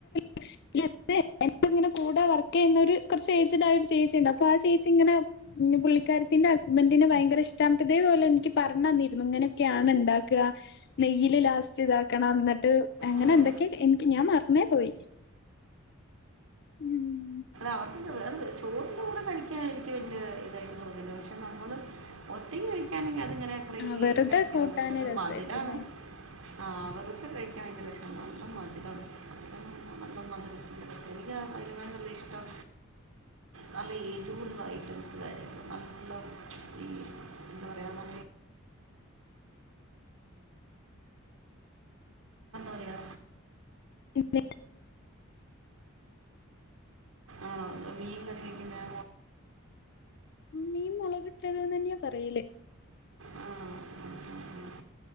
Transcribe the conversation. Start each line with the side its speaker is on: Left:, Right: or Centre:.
Left: <unintelligible> <unintelligible> കൂടെ വർക്ക് ചെയ്യുന്ന ഒരു കൊറച്ച് ഏജ്ഡായ ഒരു ചേച്ചി ഇണ്ട് അപ്പോ ആ ചേച്ചി ഇങ്ങനെ പുള്ളിക്കാരത്തിന്റെ ഹസ്ബന്റിന് ഭയങ്കര ഇഷ്ട്ടാഞ്ഞിട്ട് ഇതേപോലെ എനിക്ക് പറഞ്ഞു തന്നിരുന്നു ഇങ്ങനൊക്കെയാണ് ഇണ്ടാക്ക നെയ്യില് ലാസ്റ്റ് ഇതാക്കണം എന്നിട്ട് അങ്ങനെ
Right: ഉം,
Left: എന്തൊക്കെ എനിക്ക് ഞാൻ മറന്നേ പോയി <unintelligible>
Right: അവർക്കത് <unintelligible> ചോറിന്റെ കൂടെ കഴിക്കാൻ എനിക്ക് വല്യ ഇതായിട്ട് തോന്നില്ല പക്ഷേ നമ്മള് ഒറ്റക്ക് കഴിക്കാണെങ്കിൽ അതിങ്ങനെ കുറേ
Left: ആഹ് വെറുതെ
Right: കഴിക്കണം
Left: കൂട്ടാന്
Right: പക്ഷേ അത്
Left: രസായിരിക്കുംല്ലേ
Right: മധുരാണ് ആഹ് അവർക്ക് കഴിക്കാൻ ഭയങ്കര ഇഷ്ട്ടം നല്ല മധുരം ആണ്. <unintelligible> എല്ലാ <unintelligible> നല്ല ഇഷ്ടം നല്ല ഏറ്റോം ഉള്ള ഐറ്റംസ് കാരെ പക്കാ ഈ <unintelligible> അവിടെ എന്താ പറയാ
Left: <unintelligible>
Right: ആണോ മീൻകറിവെക്കുന്നആ
Left: മീൻമുളകിട്ടതെന്ന് തന്നെയാ പറയില്.
Right: <unintelligible>